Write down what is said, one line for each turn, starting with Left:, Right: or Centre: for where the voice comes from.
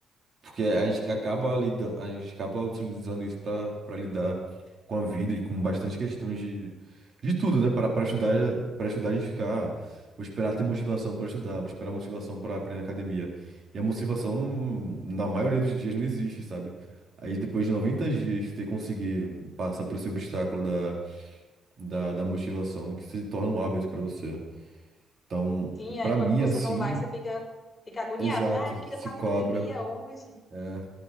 Right: Porque a gente acaba lidando, a gente acaba utilizando isso pra para lidar com a vida e com bastante questões de, de tudo, né? Para para estudar, para estudar a gente ficar, ah, vou esperar ter motivação pra estudar, vou esperar motivação pra aprender na academia. E a motivação na maioria dos dias não existe, sabe? Aí depois de 90 dias você conseguir passar por esse obstáculo da, da, da motivação que se torna um hábito pra você. Então,
Left: Sim, aí
Right: pra
Left: quando
Right: mim
Left: você
Right: assim,
Left: não vai, você fica, fica agoniado,
Right: exato,
Left: né? Ai, eu queria
Right: se
Left: estar
Right: cobra.
Left: na academia hoje.
Right: É.